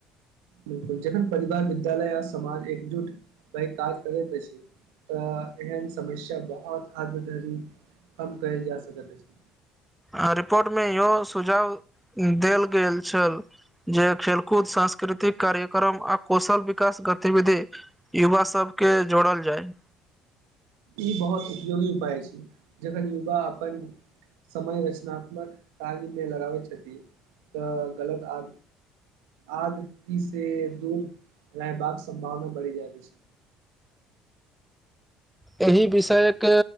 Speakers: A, on the right (about 80°); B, in the centre.
A: बिलकुल जखन परिवार विद्यालय आ समाज एकजुट भय काज करैत अछि। तऽ एहन समस्या बहुत हद धरि कम कयल जा सकैत अछि।
B: आ रिपोर्टमे इहो सुझाव देल गेल छल जे खेलकूद सांस्कृतिक कार्यक्रम आ कौशल विकास गतिविधि युवा सब के जोड़ल जाय।
A: ई बहुत उपयोगी उपाय छैय जखन युवा अपन समय रचनात्मक कार्यमे लगाबै छथि तऽ गलत आ आदी से दूर रहबाक सम्भावना बढ़ि जाइत अछि।
B: एहि विषय के